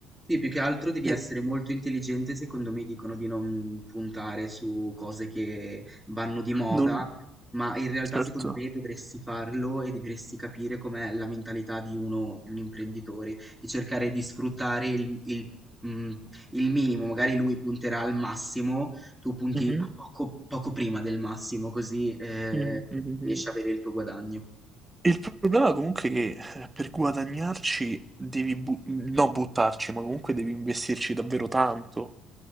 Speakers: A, in the centre; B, on the right (about 15°).
A: Sì, più che altro devi
B: eh,
A: essere molto intelligente, secondo me dicono di non puntare su cose che vanno di moda,
B: non,
A: ma in realtà
B: certo.
A: secondo me dovresti farlo e dovresti capire com'è la mentalità di uno, di un imprenditore e cercare di sfruttare il, il, mm, il minimo, magari lui punterà al massimo, tu punti
B: Mhm,
A: a poco, poco prima del massimo, così eh,
B: mhm, mhm,
A: riesci
B: mhm.
A: a avere il tuo guadagno.
B: Il problema comunque è che eh, per guadagnarci devi, bu- non buttarci, ma comunque devi investirci davvero tanto.